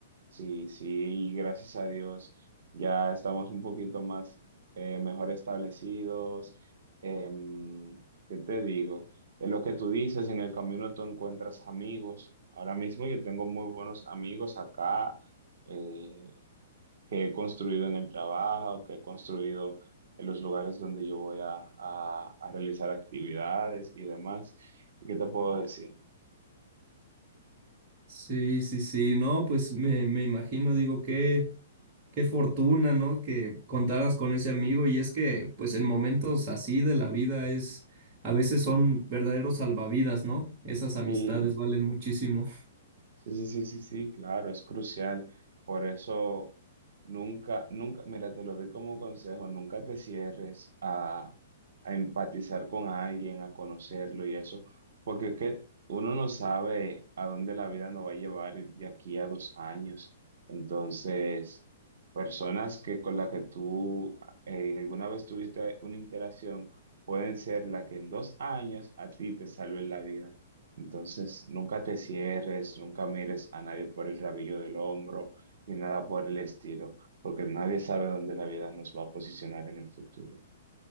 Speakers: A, on the right (about 65°); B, on the right (about 35°).
A: sí, sí, y gracias a Dios ya estamos un poquito más, eh, mejor establecidos. Em, ¿qué te digo? Es lo que tú dices, en el camino tú encuentras amigos. Ahora mismo yo tengo muy buenos amigos acá. eh, que he construido en el trabajo, que he construido en los lugares donde yo voy a, a- a realizar actividades y demás. ¿Y qué te puedo decir?
B: Sí, sí, sí, no, pues me, me imagino, digo, qué, qué fortuna, ¿no? Que contaras con ese amigo y es que, pues en momentos así de la vida es, a veces son verdaderos salvavidas, ¿no? Esas amistades
A: Sí,
B: valen muchísimo.
A: Sí, sí, sí, sí, sí, claro, es crucial. Por eso nunca, nunca, mira, te lo doy como consejo, nunca te cierres a, a empatizar con alguien, a conocerlo y eso, porque es que uno no sabe a dónde la vida nos va a llevar de aquí a dos años. Entonces, personas que con las que tú eh, alguna vez tuviste una interacción pueden ser la que en dos años a ti te salven la vida. Entonces, nunca te cierres, nunca mires a nadie por el rabillo del hombro, ni nada por el estilo, porque nadie sabe dónde la vida nos va a posicionar en el futuro.